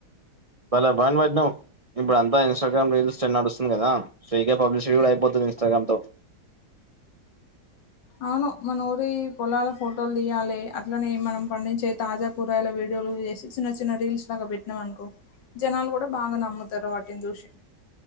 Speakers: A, on the right; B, on the left.
A: త భాను వెట్టినావ్ ఇప్పుడ అంతా ఇన్సట్రాగ్రామ్ రీల్స్ చే నడుస్తుంది కదా ఫ్రీగా పబ్లిసిటీ కూడా అయిపోతది ఇన్స్టాగ్రామ్ తో
B: అవును మన ఊరి పొలాల ఫోటోలు తీయాలి అట్లనే మనం పండించే తాజా కూరగాయల వీడియోలు చేసి చిన్న చిన్న రీల్స్ లాగా పెట్టినావ్ అనుకో జనాలు కూడా బాగా నమ్ముతారు వాటిని చూసి